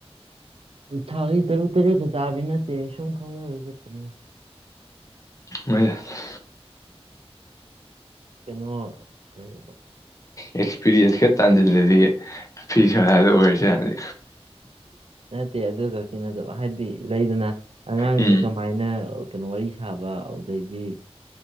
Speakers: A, on the right; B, on the left.
A: ꯊꯥꯒꯤ ꯇꯔꯨꯛ ꯇꯔꯦꯠꯀ ꯆꯥꯕꯤ ꯅꯠꯇꯦꯍꯦ ꯁꯨꯝ ꯈꯪꯅꯕꯩ ꯆꯠꯄꯅꯦ
B: <unintelligible>
A: ꯀꯩꯅꯣ ꯀꯩꯑꯕ
B: ꯑꯦꯛꯁꯄꯤꯔꯤꯌꯦꯟꯁ ꯈꯔ ꯇꯥꯟꯁꯤꯜꯂꯗꯤ ꯐꯤ ꯁꯥꯔꯗ ꯑꯣꯏꯔꯁꯨ ꯌꯥꯅꯤ
A: ꯅꯠꯇꯦ ꯑꯗꯨ ꯈꯛꯀꯤ ꯅꯠꯇꯕ ꯍꯥꯏꯗꯤ ꯂꯩꯗꯅ ꯑꯉꯥꯡꯖꯦ
B: ꯎꯝ
A: ꯀꯥ ꯃꯥꯏꯅ ꯀꯩꯅꯣ ꯋꯥꯔꯤ ꯁꯥꯕ ꯑꯧꯗꯩꯗꯤ